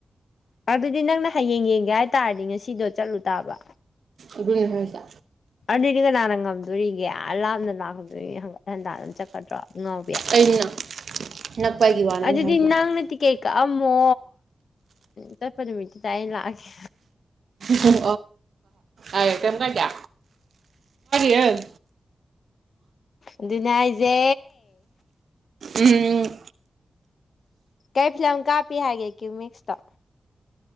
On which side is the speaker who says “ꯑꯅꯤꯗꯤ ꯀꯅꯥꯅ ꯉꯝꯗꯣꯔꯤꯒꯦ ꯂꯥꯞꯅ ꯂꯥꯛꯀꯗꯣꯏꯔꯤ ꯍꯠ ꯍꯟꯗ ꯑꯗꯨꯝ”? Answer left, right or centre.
Left